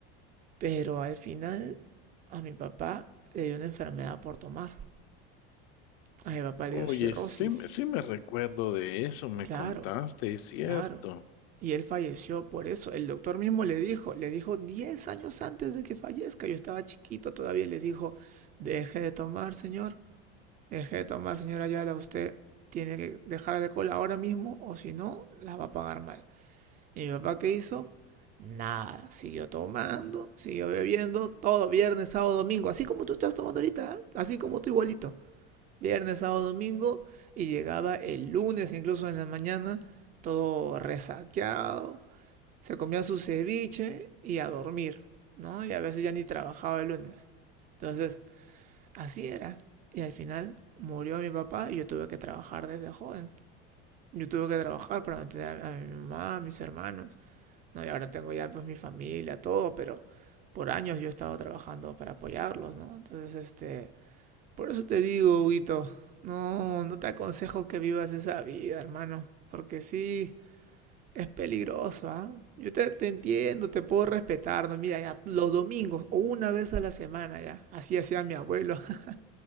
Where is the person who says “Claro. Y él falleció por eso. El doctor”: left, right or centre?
Right